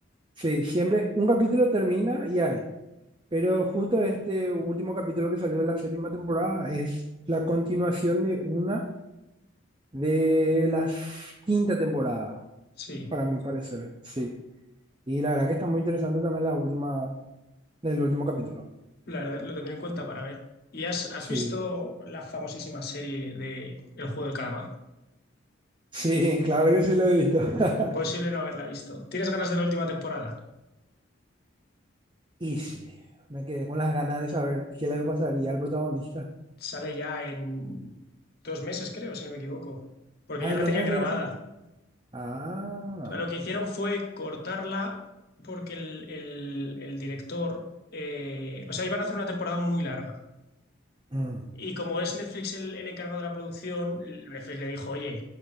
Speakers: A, on the right; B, on the left.
A: sí, siempre un capítulo termina y hay. Pero justo este último capítulo que salió de la séptima temporada es la continuación de una de la quinta temporada,
B: Sí.
A: para mi parecer. Sí. Y la verdad que está muy interesante también la última, el último capítulo.
B: La verdad, lo tendré en cuenta para ver. ¿Y has, has
A: Sí.
B: visto la famosísima serie de El juego del calamar?
A: Sí, <laughs> claro que sí lo he visto. <laughs>
B: Imposible no haberla visto. ¿Tienes ganas de la última temporada?
A: Y sí, me quedé con las ganas de saber qué le pasaría al protagonista.
B: Sale ya en dos meses, creo, si no me equivoco. Porque
A: Ah,
B: ya
A: en
B: la
A: dos
B: tenían
A: meses
B: grabada.
A: ya sale.
B: O
A: Ah,
B: sea, lo que hicieron fue cortarla porque el, el- el director... eh, o sea, iban a hacer una temporada muy larga.
A: mm,
B: Y como es Netflix el, el encargado de la producción, Netflix le dijo, oye,